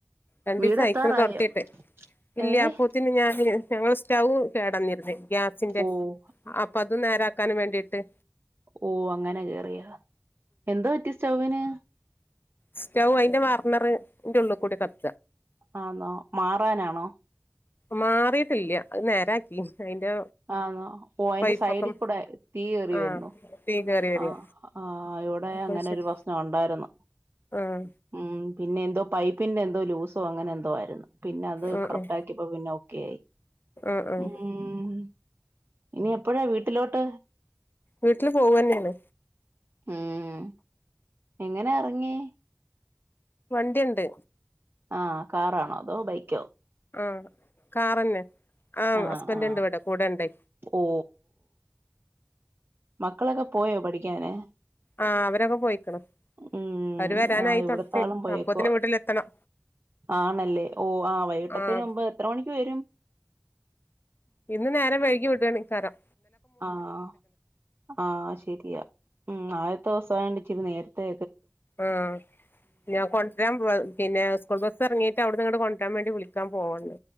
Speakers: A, on the left; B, on the right.
A: രണ്ടീസം
B: വീടെത്താറായോ
A: അയിക്കള് തൊട്ത്തീട്ട് ഇല്ല്യ
B: ഏഹ്
A: അപ്പോത്തിനും ഞാന് ഞങ്ങള സ്റ്റൗവ് കേടന്നിരുന്നേ ഗ്യാസിന്റെ
B: ഓഹ്
A: അപ്പൊ അതു നേരാക്കാൻ വേണ്ടിട്ട് ട്ട്
B: ഓ അങ്ങനെ കേറിയ എന്താ പറ്റി സ്റ്റൗവിന്
A: സ്റ്റൗവ് അയിന്റെ വർണറ് ഇൻ്റെ ഉള്ളി കൂടെ കത്
B: ആന്നോ മാറാനാണോ
A: മാറിയിട്ടില്ല്യ അത് നെ നേരാക്കി അതിന്റെ
B: ആന്നോ ഓ അയിന്റെ
A: പൈപ്പൊക്കെ
B: സൈഡി കൂടെ തീ കേറി
A: ആഹ്
B: വരുന്നോ
A: തീ കേറി വരിക
B: ആഹ് ആ ഇവിടെ
A: അപ്പൊ
B: അങ്ങനെ
A: ശരി
B: ഒരു പ്രശ്നം ഒണ്ടായിരുന്നു
A: ആഹ്
B: ഉം പിന്നെ എന്തോ പൈപ്പിന്റെ എന്തോ ലൂസോ അങ്ങനെ എന്തോ ആയ്ര്ന്ന് പിന്നെ അത്
A: ആഹ്
B: കറക്റ്റ്
A: ആഹ്
B: ആക്കിയപ്പം പിന്നെ ഓക്കെ ആയി
A: ആഹ് ആഹ്
B: ഉം ഇനി എപ്പഴാ വീട്ടിലോട്ട്
A: വീട്ടില് പോവന്നെയാണ്
B: ഉം എങ്ങനെ എറങ്ങി
A: വണ്ടിയുണ്ട്
B: ആഹ് കാറാണോ അതോ ബൈക്കോ
A: ആഹ് കാറന്നെ ആഹ്
B: ആ
A: ഹസ്ബൻ്റ്
B: ആ
A: ഇണ്ട് ഇവിടെ കൂടെ ഇണ്ടേ
B: ഓ മക്കളെക്കെ പോയോ പഠിക്കാന്
A: ആഹ് അവരൊക്കെ പോയിക്കണ്
B: ഉം
A: അവര് വരാനായി
B: ആ ഇവിടത്താളും
A: തൊടത്തി
B: പോയേക്കുവ
A: അപ്പോത്തിന് വീട്ടിലെത്തണം
B: ആണല്ലേ ഓ ആ വൈകിട്ടത്തേന്
A: ആഹ്
B: മുമ്പ് എത്ര മണിക്ക് വരും
A: ഇന്ന് നേരം വൈകി വിടണിക്കാരം
B: ആഹ് ആഹ് ആ ശെരിയാ ഉം ആദ്യത്തോ സം <unintelligible> <unintelligible> ഇച്ചിരി നേരത്തെ
A: ആഹ് ഞാൻ കൊണ്ട് രാൻപോവ പിന്നെ സ്കൂൾ ബസ് എറങ്ങയിട്ട് അവിട്ന്ന് ഇങ്ങട് കൊണ്ടെരുവാൻ വേണ്ടി വിളിക്കാൻ പോവണ്ട്